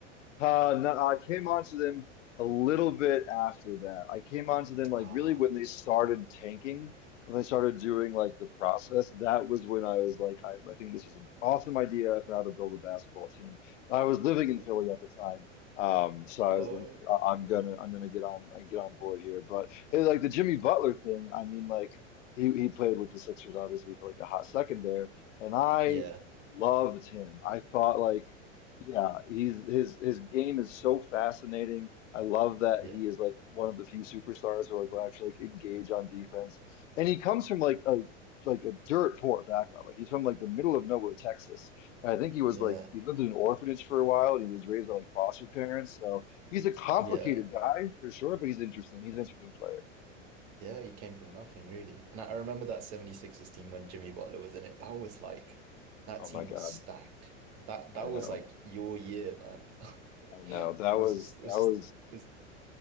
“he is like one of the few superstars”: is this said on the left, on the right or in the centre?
Left